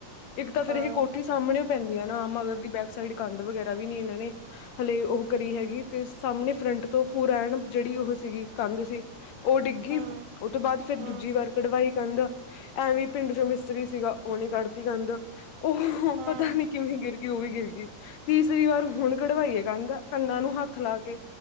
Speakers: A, on the left (about 65°); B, on the right (about 70°).
A: ਇੱਕ ਤਾਂ ਫੇਰ
B: ਹਾਂ
A: ਇਹ ਕੋਠੀ
B: ਹੂੰ
A: ਸਾਹਮਣੇ ਪੈਂਦੀ ਐ ਨਾਂ ਆ ਮਗਰ ਦੀ ਬੈਕ ਸਾਈਡ ਕੰਧ ਵਗੈਰ੍ਹਾ ਵੀ ਨੀਂ ਇਹਨਾਂ ਨੇ ਹਲੇ ਉਹ ਕਰੀ ਹੈਗੀ ਤੇ ਸਾਹਮਣੇ ਫਰੰਟ ਤੋਂ ਪੂਰਾ ਐਣ ਜਿਹੜੀ ਉਹ ਸੀਗੀ ਕੰਧ ਸੀ। ਉਹ ਡਿੱਗੀ
B: ਹੂੰ
A: ਉਹ ਤੋਂ ਬਾਅਦ ਫੇਰ
B: ਹੂੰ
A: ਦੂਜੀ ਵਾਰ ਕਢਵਾਈ ਕੰਦ ਐਵੇਂ ਪਿੰਡ ਚੋਂ ਮਿਸਤਰੀ ਸੀਗਾ ਉਹਨੇ ਕੱਢਤੀ ਕੰੰਧ ਉਹ
B: ਹਾਂ
A: ਪਤਾ ਨੀਂ ਕਿਵੇਂ ਗਿਰ ਉਹ ਵੀ ਗਿਰ ਗਈ ਤੀਸਰੀ ਵਾਰ ਹੁਣ ਕਢਵਾਈਏ ਕੰਧ। ਕੰਨਾ ਨੂੰ ਹੱਥ ਲਾ ਕੇ